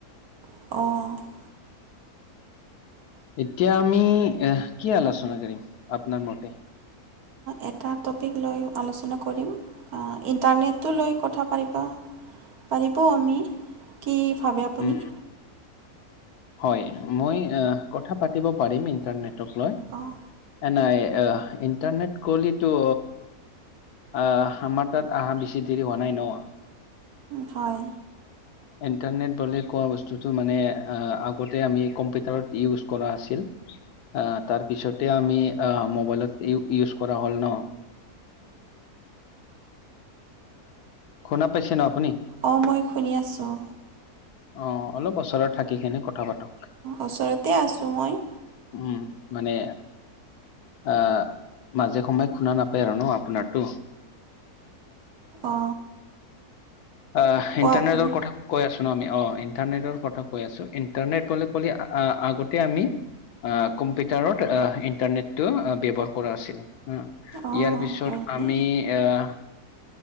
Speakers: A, on the right; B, on the left.
A: অঁ।
B: এতিয়া আমি এ কি আলোচনা কৰিম আপনাৰ মতে?
A: এটা টপিক লৈ আলোচনা কৰিম। ইণ্টাৰনেটটো লৈ কথা পতিব পাৰিবও আমি। কি ভাবে আপুনি?
B: উম হয় মই কথা পাতিব পাৰিম ইণ্টাৰনেটক লৈ।
A: অঁ
B: এ নাই অ' ইণ্টাৰনেট কলিতটো আহ আমাৰ তাত আহা বেছি দেৰি হোৱা নাই ন?
A: হয়।
B: ইণ্টাৰনেট বুলি কোৱা বস্তুটো মানে আগতে আমি কম্পিউটাৰত ইউজ কৰা আছিল। অ' তাৰ পিছতে আমি অ' মোবাইলত ই ইউজ কৰা হ'ল ন। শুনা পাইছে ন আপুনি?
A: অ' মই শুনি আছোঁ।
B: অ' অলপ উচৰত থাকিকিনে কথা পাতক।
A: ওচৰতে আছোঁ মই।
B: উম, মানে অ' মাজে সময়ে খুনা নাপায় আৰু ন আপোনাৰতো।
A: অ' অ'।
B: অ' ইণ্টাৰনেটৰ
A: আপুনি
B: কথা কৈ আছো ন আমি অ'। ইন্টাৰনেটৰ কথা কৈ আছো ইন্টাৰনেট বুলি কলে আগতে আমি অ' কম্পিউটাৰত অ', ইণ্টাৰনেটটো ব্যৱহাৰ কৰা আছিল।
A: অঁ
B: ইয়াৰ পিছত
A: হয়নে
B: আমি অহ